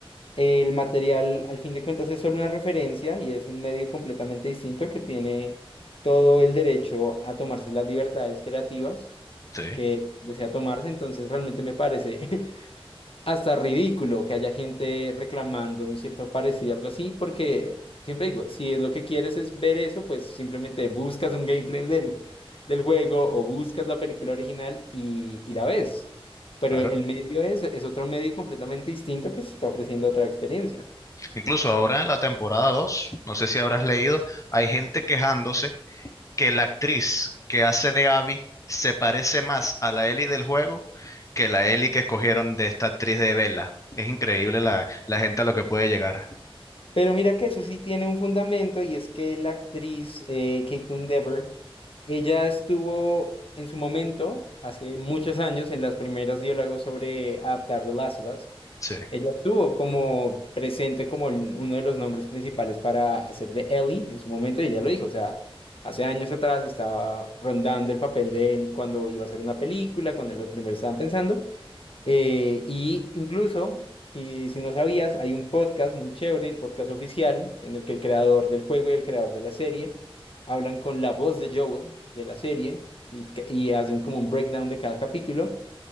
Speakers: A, on the left; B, on the left.
A: El material, al fin de cuentas, es solo una referencia y es un medio completamente distinto que tiene todo el derecho a tomarse las libertades creativas
B: Sí,
A: que desea tomarse. Entonces, realmente me parece <laughs> hasta ridículo que haya gente reclamando un cierto parecido, algo así, porque siempre digo, si es lo que quieres es ver eso, pues simplemente buscas un gameplay del, del juego o buscas la película original y, y la ves. Pero
B: claro.
A: el medio es, es otro medio completamente distinto que se está ofreciendo otra experiencia.
B: Incluso ahora en la temporada 2 no sé si habrás leído, hay gente quejándose que la actriz que hace de Abby se parece más a la Ellie del juego que la Ellie que escogieron de esta actriz de Bella. Es increíble la, la gente a lo que puede llegar.
A: Pero mira que eso sí tiene un fundamento y es que la actriz eh, Caitlin Dever, ella estuvo en su momento, hace muchos años, en las primeras diálogos sobre adaptar The Last of Us,
B: Sí.
A: ella estuvo como presente como el- uno de los nombres principales para hacer de Ellie en su momento y ella lo dijo, o sea, hace años atrás estaba rondando el papel de Ellie cuando iba a hacer una película, cuando los primeros estaban pensando. Eh, y incluso, si, si no sabías, hay un podcast muy chévere, el podcast oficial, en el que el creador del juego y el creador de la serie hablan con la voz de Joel de la serie y, ca- y hacen como un breakdown de cada capítulo.